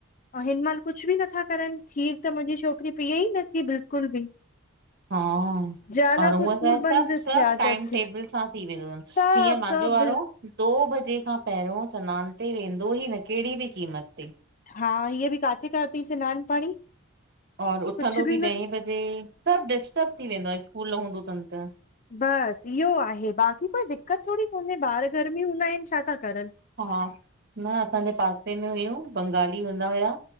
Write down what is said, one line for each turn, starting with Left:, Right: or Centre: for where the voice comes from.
Left: ओ हिन महिल कुझु बि नथा करनि, खीर त मुंहिंजी छोकिरी पीए ई नथी बिल्कुलु बि
Right: हा,
Left: ज़ाल
Right: और हूअ
Left: पो स्कूल
Right: छाहे सभु,
Left: बंदि
Right: सभु
Left: थिया
Right: टाईम
Left: अथसि
Right: टेबल सां थी वेंदो तन
Left: सभु
Right: हीअं
Left: सभु
Right: मांझो वारो दो बजे खां पहिरियों स्नान ते वेंदो ई न, केहड़ी बी क़ीमत ते
Left: हा, हीअ बि काथे कयोतई स्नानु पाणी
Right: और उथंदो
Left: कुझु
Right: बि ॾहे
Left: न
Right: बजे, सभु डिस्टब थी वेंदो आ स्कूल न हूंदो तन त
Left: बसि इहो आहे बाक़ी कोई दिक्क़त थोडी कोन्हे ॿार घर में हूंदा आहिनि छा ता करनि
Right: हा, न असांजे पासे में हुयूं बंगाली हूंदा हुया